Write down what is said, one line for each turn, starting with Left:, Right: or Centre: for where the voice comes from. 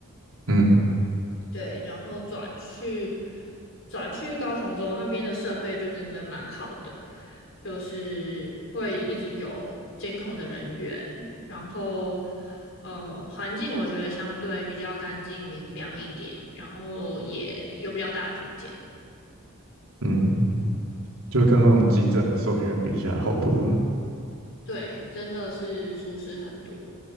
Right: 嗯
Left: 对，然后转去转去高雄之后，那边的设备就真的蛮好的，就是会一直有监控的人员，然后呃环境我觉得相对比较干净明亮一点，然后也有比较大的空间，
Right: 嗯嗯，就跟那种急诊的兽医院比起来好多了。
Left: 对，真的是舒适很多。